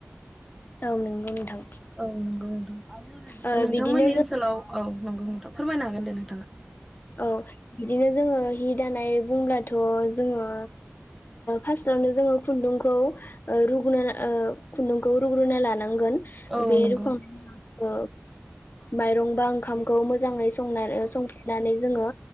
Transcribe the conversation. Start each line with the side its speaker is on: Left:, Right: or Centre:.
Left: औ नंगौ नोंथां
Centre: औ नंगौ नोंथां
Left: ओ
Centre: नोंथांमोननि
Left: बिदिनो जों
Centre: ओनसोलाव औ नंगौ नोंथां फोरमायनो हागोन। दो नोंथाङा।
Left: औ बिदिनो जोङो हि दानाय बुंब्लाथ' जोङो फास्टवनो जोङो खुन्दुंखौ ओ रु <unintelligible> ओ खुुन्दुं खौ रुग्रोना लानां गोन
Centre: औ
Left: बे
Centre: नंगौ
Left: रुखां अ माइरं बा ओंखामखौ मोजां मोजाङै संनां नानै जोङो